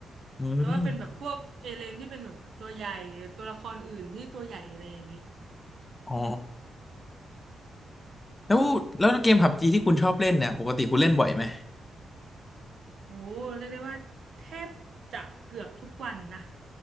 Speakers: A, on the left; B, on the right.
A: อืม
B: แต่ว่าเป็นแบบพวกเอเลนที่เป็นแบบตัวใหญ่ตัวละครอื่นที่ตัวใหญ่อะไรอย่างนี้
A: อ๋อแล้วแล้วเกมผับจีที่คุณชอบเล่นเนี่ยปกติคุณเล่นบ่อยไหม
B: โอ้เรียกได้ว่าแทบจะเกือบทุกวันนะ